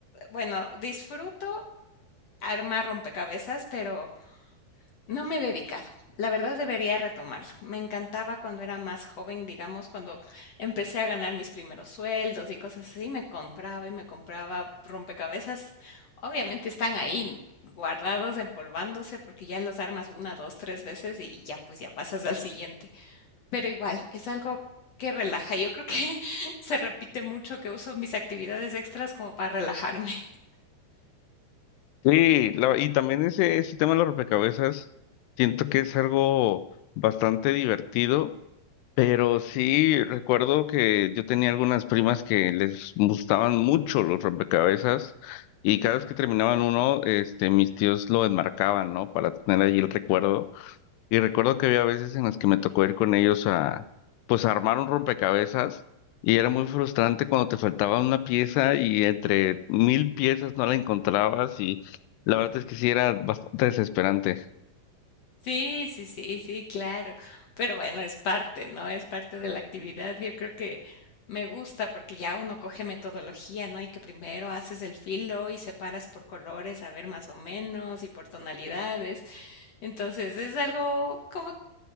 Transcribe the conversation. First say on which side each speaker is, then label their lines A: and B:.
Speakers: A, on the left; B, on the left.
A: bueno, disfruto armar rompecabezas, pero No me he dedicado. La verdad debería retomarlo. Me encantaba cuando era más joven, digamos, cuando empecé a ganar mis primeros sueldos y cosas así, me compraba y me compraba rompecabezas. Obviamente están ahí guardados, empolvándose, porque ya los armas una, dos, tres veces y ya pues ya pasas al siguiente. Pero igual, es algo que relaja. Yo creo que <laughs> se repite mucho que uso mis actividades extras como para relajarme.
B: Sí, la- y también ese, ese tema de los rompecabezas, siento que es algo bastante divertido Pero sí, recuerdo que yo tenía algunas primas que les gustaban mucho los rompecabezas y cada vez que terminaban uno, este, mis tíos lo enmarcaban, ¿no? Para tener allí el recuerdo. Y recuerdo que había veces en las que me tocó ir con ellos a, pues, a armar un rompecabezas y era muy frustrante cuando te faltaba una pieza y entre mil piezas no la encontrabas y la verdad es que sí era bastante desesperante.
A: Sí, sí, sí, sí, claro. Pero bueno, es parte, ¿no? Es parte de la actividad. Yo creo que me gusta porque ya uno coge metodología, ¿no? Y que primero haces el filo y separas por colores, a ver más o menos, y por tonalidades. Entonces es algo como que